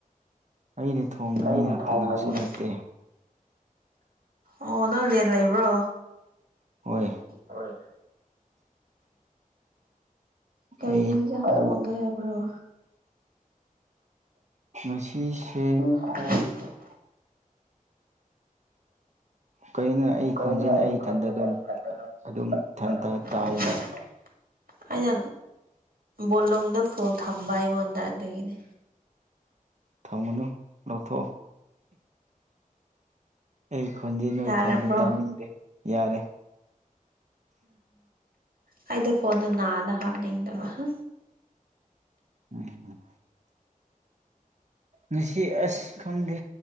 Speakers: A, on the right (about 55°); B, on the right (about 90°).
A: ꯑꯩꯅ ꯊꯣꯡꯒꯅꯤꯅ
B: ꯑꯩꯅ ꯊꯣꯡꯒꯅꯤꯅ
A: ꯀꯅꯥꯁꯨ ꯂꯩꯇꯦ
B: ꯑꯣ ꯅꯪ ꯖꯤꯌꯥꯟ ꯂꯩꯕ꯭ꯔꯣ
A: ꯍꯣꯏ
B: ꯍꯣꯏ ꯀꯔꯤ
A: ꯑꯩ
B: ꯑꯦꯜꯖꯝ ꯃꯒ ꯍꯥꯏꯕ꯭ꯔꯣ
A: ꯉꯁꯤꯁꯦ
B: ꯎꯝ
A: ꯀꯔꯤꯒꯤꯣ ꯑꯩ
B: ꯀꯩꯅꯣ
A: ꯈꯣꯟꯖꯦꯜ ꯑꯩ ꯏꯊꯟꯗ
B: ꯈꯣꯟꯖꯦꯜ
A: ꯑꯗꯨꯝ
B: ꯑꯩ ꯏꯊꯟꯇ
A: ꯑꯗꯨꯝ ꯏꯊꯟꯇ
B: ꯑꯗꯨꯝ
A: ꯇꯥꯏꯅꯦ
B: ꯊꯝꯕ ꯑꯩꯅ ꯕꯣꯂꯨꯝꯗꯨ ꯐꯨ ꯊꯝꯕ ꯑꯩꯉꯣꯟꯗ ꯑꯗꯨꯒꯤꯗꯤ
A: ꯊꯥꯎ ꯃꯅꯨꯡꯅ ꯂꯇꯣ ꯑꯩ ꯈꯣꯟꯖꯦ ꯅ
B: ꯌꯥꯔꯕ꯭ꯔꯣ
A: ꯏꯊꯟꯗ ꯇꯥꯅꯤꯡꯗꯦ ꯌꯥꯔꯦ
B: ꯑ ꯑꯩꯗꯣ ꯐꯣꯟꯗꯣ ꯅꯥꯗ ꯍꯥꯞꯅꯤꯡꯗꯕ ꯍꯥ
A: ꯎꯝ ꯉꯁꯤ ꯑꯁ ꯈꯪꯗꯦ